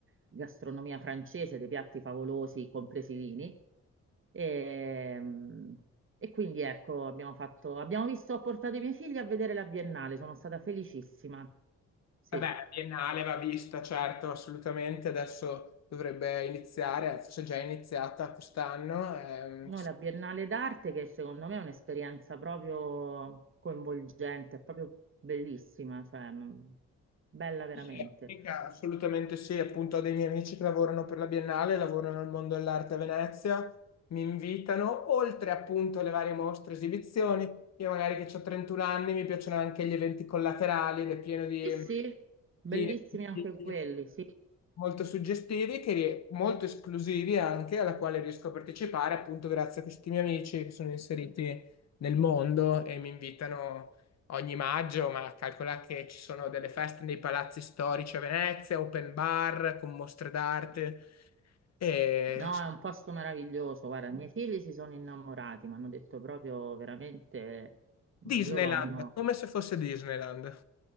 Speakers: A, on the right; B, on the left.
A: gastronomia francese, dei piatti favolosi, compresi i vini. E, e quindi ecco, abbiamo fatto, abbiamo visto, ho portato i miei figli a vedere la Biennale, sono stata felicissima. Sì.
B: Vabbè, Biennale va vista, certo, assolutamente. Adesso dovrebbe iniziare, forse è già iniziata quest'anno. ehm,
A: Noi la Biennale d'arte, che secondo me è un'esperienza proprio coinvolgente, è proprio bellissima, cioè mh, bella veramente.
B: sì, assolutamente sì, appunto ho dei miei amici che lavorano per la Biennale, lavorano nel mondo dell'arte a Venezia, mi invitano, oltre appunto alle varie mostre, e esibizioni. Io magari che ho 31 anni mi piacciono anche gli eventi collaterali ed è pieno di...
A: Sì, sì, bellissimi
B: di-
A: anche quelli, sì.
B: molto suggestivi, che rie- molto esclusivi anche, alla quale riesco a partecipare appunto grazie a questi miei amici che sono inseriti nel mondo e mi invitano ogni maggio, ma calcola che ci sono delle feste nei palazzi storici a Venezia, open bar con mostre d'arte e
A: No, è un posto meraviglioso. Guarda, i miei figli si sono innamorati, mi hanno detto proprio veramente, mh,
B: Disneyland,
A: loro hanno,
B: come se fosse Disneyland.